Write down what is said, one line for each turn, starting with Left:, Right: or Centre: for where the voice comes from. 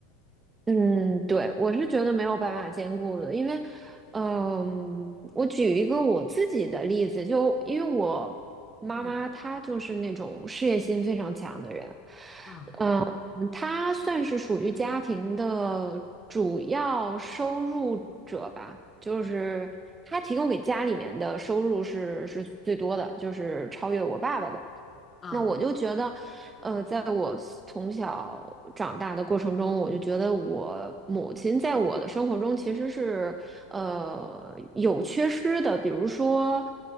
Right: 嗯，对，我是觉得没有办法兼顾的，因为，嗯，我举一个我自己的例子，就因为我妈妈她就是那种事业心非常强的人，
Left: 嗯啊
Right: 嗯，她算是属于家庭的主要收入者吧，就是她提供给家里面的收入是是最多的，就是超越我爸爸的。
Left: 啊，
Right: 那我就觉得，呃，在我从小长大的过程中，我就觉得我母亲在我的生活中其实是，呃，有缺失的。比如说，